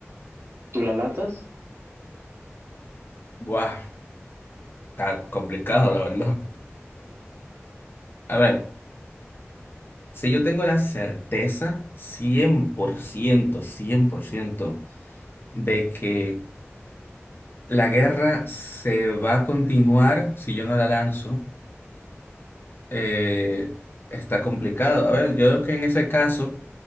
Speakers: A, on the right; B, on the left.
A: ¿Tú la lanzas?
B: Buah, está complicado, la verdad. A ver, si yo tengo la certeza cien cien por ciento, cien por ciento de que la guerra se va a continuar si yo no la lanzo, eh, está complicado. A ver, yo lo que en ese caso